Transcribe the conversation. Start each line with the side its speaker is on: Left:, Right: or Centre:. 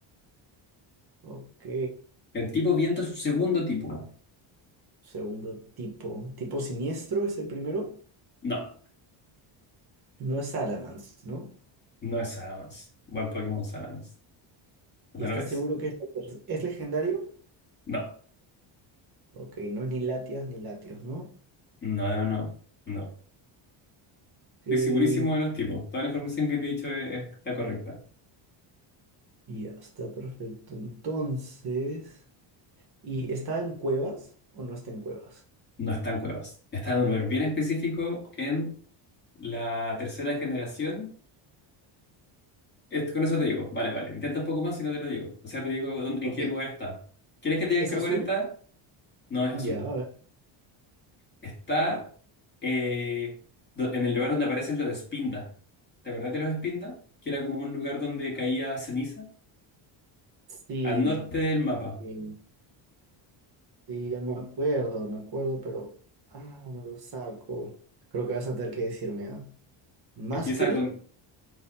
Right: Ok.
Left: El tipo viento es su segundo tipo.
Right: Segundo tipo. ¿Tipo siniestro es el primero?
Left: No,
Right: No es Salamence, ¿no?
Left: no es Salamence. Buen Pokémon Salamence. ¿No
Right: ¿Y estás
Left: lo es?
Right: seguro que es, es legendario?
Left: No,
Right: Ok, no es ni Latias ni Latios, ¿no?
Left: no, no, no.
Right: Ok,
Left: Estoy
Right: y
Left: segurísimo de los tipos. Toda la información que te he dicho es- está correcta.
Right: ya está perfecto. Entonces, ¿y está en cuevas o no está en cuevas?
Left: No están cuevas. Está en un lugar bien específico en la tercera generación. Es- con eso te digo. Vale, vale. Intenta un poco más si no te lo digo. O sea, te digo dónde-
Right: Ok,
Left: en qué lugar está. ¿Quieres que te diga
Right: ¿es
Left: en qué
Right: azul?
Left: lugar está? No es
Right: Ya,
Left: azul.
Right: a ver.
Left: Está eh, do- en el lugar donde aparecen los Espinda. ¿Te acordás de los Espinda? Que era como un lugar donde caía ceniza.
Right: Sí,
Left: Al norte del mapa.
Right: sí, sí, ya me acuerdo, me acuerdo, pero. Ah, no lo saco. Creo que vas a tener que decirme, ¿ah? Masquerade
Left: Empieza con...